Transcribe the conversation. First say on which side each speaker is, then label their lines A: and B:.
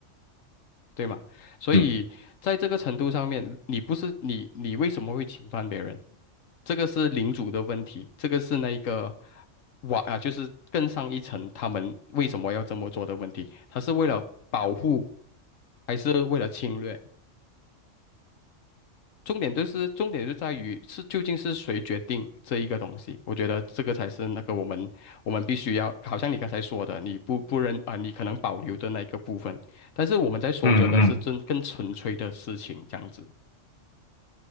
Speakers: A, on the left; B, on the left.
A: 对吗？所以在这个程度上面，
B: 嗯
A: 你不是你，你为什么会侵犯别人？这个是领主的问题，这个是那一个瓦啊，就是更上一层，他们为什么要这么做的问题？他是为了保护，还是为了侵略？重点就是重点就在于是究竟是谁决定这一个东西，我觉得这个才是那个我们我们必须要，好像你刚才说的，你不不认啊、你可能保留的那一个部分，但是我们在说着的是真更纯粹的事情这样子。
B: 嗯嗯。